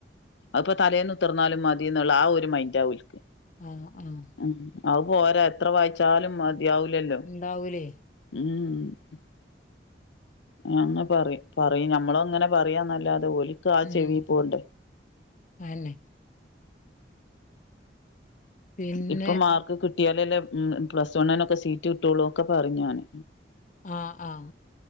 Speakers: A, on the left (about 85°); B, on the left (about 45°).
A: അപ്പൊ തലേന്ന് ഉത്തർന്നാലും മതിന്നുള്ള ആ ഒരു മൈൻറാൽക്ക്
B: ആഹ് ആഹ്
A: ഉ അവ പോരാ എത്ര വായിച്ചാലും മതിയാവലല്ലോ
B: ഇണ്ടാവൂലേ
A: ഉം അങ്ങ് പറ പറയും നമ്മള അങ്ങനെ പറയാന്നല്ലാതെ പോലി കാ
B: ഉം
A: ചെവി പോണ്ട
B: അന്നെ പിന്നെ
A: ഇപ്പൊ മാർക്ക് കിട്ടിയാലല്ലേ പ്ലസ് വണ്ണിനൊക്കെ സീറ്റ് കിട്ടുള്ളൂൊക്കെ പറഞ്ഞാന്
B: ആഹ് ആഹ